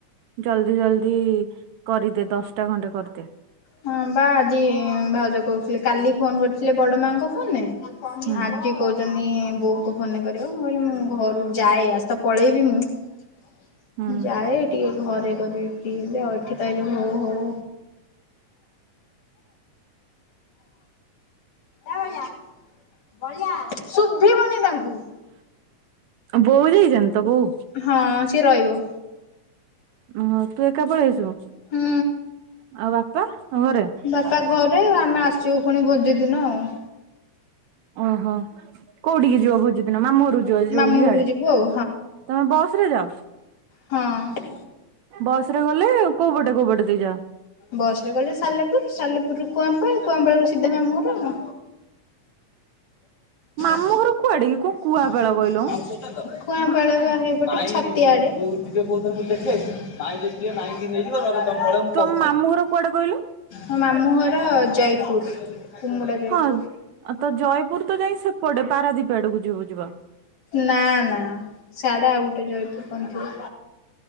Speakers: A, on the right; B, on the left.
A: ଜଲଦି ଜଲଦି କରିଦେ ଦଶଟା ଖଣ୍ଟେ କରିଦେ।
B: ହଁ ପା ଆଜି ଭାଉଜ କୋହୁଥିଲେ କାଲି ଫୋନ୍ କରିଥିଲେ ବଡ ମାଙ୍କ ଫୋନରେ।
A: ହୁଁ
B: ଆଜି କୋହୁଚନ୍ତି ବୋଉଙ୍କୁ ଫୋନରେ କରିବ। ମୁଁ କହିଲି ମୁଁ ଘରୁ ଯାଏ। ଆଜି ତ ପଳେଇବି ମୁଁ। ମୁଁ
A: ହୁଁ
B: ଯାଏ ଟିକେ ଘରେ କରିବି ଫ୍ରି ହେଲେ ଆଉ ଏଠି ତ ଏଇ ଯୋଉ ଘୁଁ ଘୁଁ। ‌ଏ ବଳିଆ। ବଳିଆ ଶୁଭିବନି ତାଙ୍କୁ।
A: ବୋଉ ଯାଇଛନ୍ତି ତ ବୋଉ
B: ହଁ ସିଏ ରହିବ।
A: ଓହୋ ତୁ ଏକା ପଳେଇ ଆସିବୁ?
B: ହୁଁ।
A: ଆଉ ବାପା ଘରେ
B: ବାପା ଘରେ ଆମେ ଆସିବୁ ଫୁଣି ଭୋଜି ଦିନ ଆଉ।
A: ଓହୋ କୋଉଠିକି ଯିବ ଭୋଜି ଦିନ ମାମୁଁ ଘ <unintelligible> ରଜ ଆଜି
B: ମାମୁଁ
A: ଯୋଉ ଇଆଡେ
B: ଘରକୁ ଯିବୁ
A: ତମେ
B: ଆଉ
A: ବସରେ ଯାଅ?
B: ହଁଅଁ।
A: ବସରେ ଗଲେ କୋଉ ପଟେ କୋଉ ପଟେ ଦେଇ ଯାଅ?
B: ବସରେ ଗଲେ ସାଲେପୁର ସାଲେପୁରରୁ କୁଆଁ ପାଳ କୁଆଁପାଳରୁ ସିଧା ମାମୁ ଘର ଆଉ।
A: ମାମୁଁ
B: <unintelligible>
A: ଘର କୁଆଡେ କି କୋଉ
B: <unintelligible>
A: କୁଆପାଳ କହିଲୁ
B: କୁଆଁପାଳ ପା ହେଇପଟେ ଛତିଆ ଆଡେ ମୁଁ ତାଙ୍କୁ ଦେଖେ ମାଁଇ ଯଦି ଯିବେ ମାଁଇକି ନେଇଯିବ ନହେଲେ <unintelligible>
A: ତମ
B: କହୁଛି ସାଙ୍ଗେ
A: ମାମୁଁ
B: ସାଙ୍ଗେ।
A: ଘର କୁଆଡେ କହିଲୁ?
B: ମୋ ମାମଁ ଘର ଜୟପୁର। କୁମୁଡା ଜୟପୁର
A: ହଁ ଅ ତ ଜୟପୁର ତ ଯାଇଁ ସେପଟେ ପାରାଦ୍ୱୀପ ଆଡକୁ। ଯିବୁ ଯିବ
B: ନାଁ ନାଁ ସ୍ୟାଢେ ଆଉ ଗୋଟେ ଜୟପୁର କଣ ଥିବ।